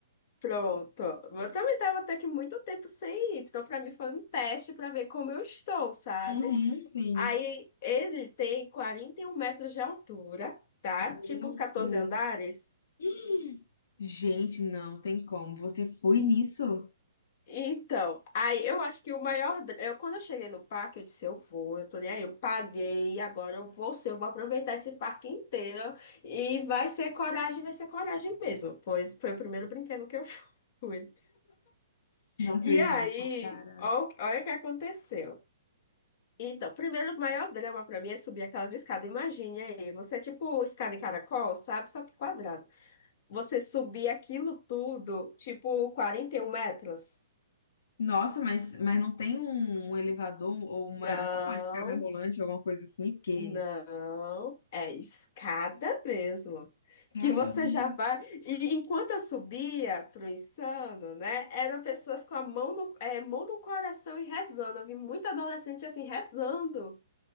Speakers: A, on the left (about 40°); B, on the left (about 70°).
A: Pronto. Eu também tava até que muito tempo sem ir, então pra mim foi um teste pra ver como eu estou, sabe?
B: Uhum, sim.
A: Aí ele tem 41 metros de altura, tá?
B: Meu
A: Tipo uns 14
B: Deus.
A: andares.
B: Hum. Gente, não tem como. Você foi nisso?
A: Então, aí eu acho que o maior. dra- Eu, quando eu cheguei no parque, eu disse: eu vou, eu tô nem aí, eu paguei, agora eu vou ser, eu vou aproveitar esse parque inteiro e vai ser coragem, vai ser coragem mesmo, pois foi o primeiro brinquedo que eu <laughs> fui.
B: Não acredito,
A: E aí,
B: cara.
A: ó o- olha o que aconteceu. Então, primeiro, o maior drama pra mim é subir aquelas escadas. Imagine aí, você é tipo escada em caracol, sabe? Só que quadrado. Você subir aquilo tudo, tipo 41 metros.
B: Nossa, mas, mas não tem um, um elevador ou uma,
A: Não.
B: sei lá, escada rolante, alguma coisa assim, porque.
A: Não, é escada mesmo.
B: Caramba.
A: Que você já vai. E enquanto eu subia pro insano, né? Eram pessoas com a mão no, é, mão no coração e rezando. Eu vi muita adolescente assim rezando.